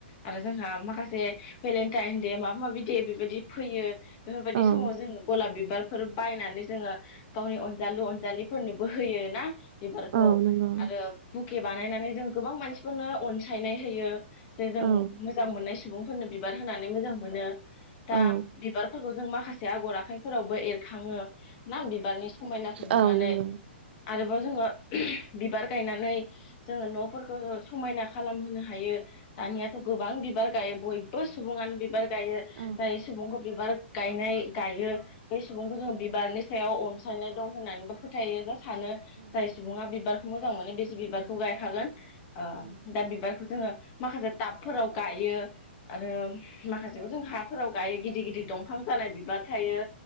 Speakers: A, on the left; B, on the right.
A: आरो जोंहा माखासे भेलेन्टाइन दे माबा माबि दे बेबायदि फैयो बेफोरबायदि
B: औ
A: समाव जोङो गलाब बि बिबारफोर बारफोर बायनानै जोङो गावनि अनजालु अनजालिफोरनोबो होयो ना बेफोरखौ
B: औ नंगौ
A: आरो बुक के बानायनानै जों गोबां मानसिफोरनो अनसायनाय होयो जे जों
B: औ
A: मोजां मोननाय सुबुंफोरनो बिबार होनानै मोजां मोनो दा
B: औ
A: बिबारफोरखौ जों माखासे आगर आखाइफोरावबो एरखाङो ना बिबारनि समायनाखौ नुनानै
B: औ नंगौ
A: आरोबाव जोङो बिबार गायनानै जोङो न'फोरखौ समायना खालामहोनो हायो दानियाथ' गोबां बिबार गायो बयबो सुबुङानो बिबार गायो
B: औ
A: जाय सुबुंखौ बिबार गायनाय गायो बे सुबुंखौ जोङो बिबारनि सायाव अनसायनाय दं होननानैबो फोथायो सानो
B: औ
A: जाय
B: नंगौ
A: सुबुङा बिबारखौ मोजां मोनो बेसे बिबारखौ गायखागोन ओ
B: औ
A: दा बिबारखौ जोङो माखासे टाबफोराव गायो आरो माखासेखौ जों हाफोराव गायो गिदिर गिदिर दंफां जानाय बिबार थायो